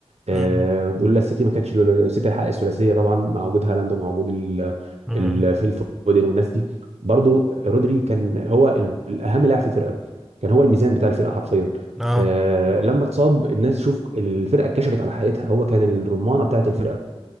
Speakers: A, on the right; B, in the centre.
A: آه،
B: مم.
A: لولا السيتي ما كانتش لولا السيتي هيحقق الثلاثيه طبعا مع وجود هالاند ومع وجود ال
B: مم.
A: ال فيل فودن والناس دي برضو رودري كان هو ال- الاهم لاعب في الفرقه كان هو الميزان بتاع الفرقه حرفيا
B: اه
A: آه، لما اتصاب الناس شوف الفرقه اتكشفت على حقيقتها هو كان الرمانه بتاعت الفرقه